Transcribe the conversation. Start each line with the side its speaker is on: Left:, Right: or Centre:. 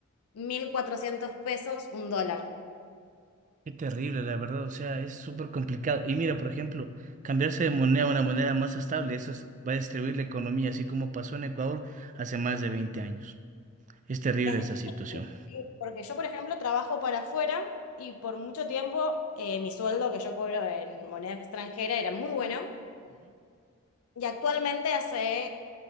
Left: 1.400 pesos, un dólar.
Right: Qué terrible, la verdad. O sea, es súper complicado. Y mira, por ejemplo, cambiarse de moneda a una moneda más estable, eso es- va a destruir la economía, así como pasó en Ecuador hace más de 20 años. Es terrible
Left: Es difícil,
Right: esa situación.
Left: ¿sí? porque yo, por ejemplo, trabajo para afuera y por mucho tiempo eh, mi sueldo que yo cobro en moneda extranjera era muy bueno. Y actualmente hace,